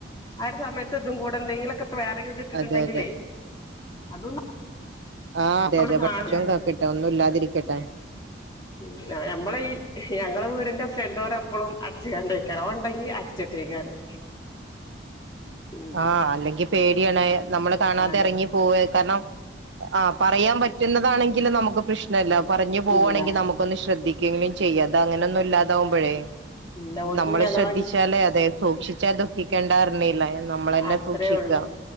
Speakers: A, on the left; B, on the right.
A: ആ ഒരു സമയത്ത് ഇതും കൂടെ എന്തെങ്കിലുംക്കെ വേറെങ്കിലും കെട്ടിട്ടുണ്ടെങ്കിലേ
B: അതെ അതെ
A: അതും
B: ആഹ്
A: നമ്മള്
B: അതെ അതെ
A: കാണില്ല
B: പടച്ചോൻ കാക്കട്ടെ ഒന്നുംല്ലാതിരിക്കട്ടെ
A: ഉം നമ്മള ഈ ഞങ്ങളെ വീടിന്റെ ഫ്രണ്ട് ഡോറ് എപ്പളും അടച്ച് കൊണ്ടയ്ക്കാരം ഓൻണ്ടെങ്കി അടച്ചിട്ടേക്കാരം
B: <inaudible>
A: ഉം
B: ആഹ് അല്ലെങ്കിൽ പേടിയാണ് നമ്മള് കാണാതെ
A: ആണ്
B: ഇറങ്ങി പോവ കാരണം ആഹ് പറയാൻ പ റ്റുന്നതാണെങ്കിലും നമുക്ക് പ്രശ്നല്ല പറഞ്ഞു പോകവാണെങ്കിൽ
A: ഇല്ല
B: നമുക്കൊന്ന് ശ്രദ്ധിക്കെങ്കിലും ചെയ്യാം ഇത് അങ്ങനെന്നും ഇല്ലാതാവുമ്പോഴേ
A: ഇല്ല ഓൽക്ക്
B: നമ്മള്
A: ഇനി അഥവാ
B: ശ്രദ്ധിച്ചാല്
A: ഇനി
B: അതെ സൂക്ഷിച്ചാൽ ദുഖിക്കണ്ടാറിഞ്ഞില്ലേ നമ്മളന്നെ
A: അത്രേ
B: സൂക്ഷിക്ക
A: ഒള്ളൂ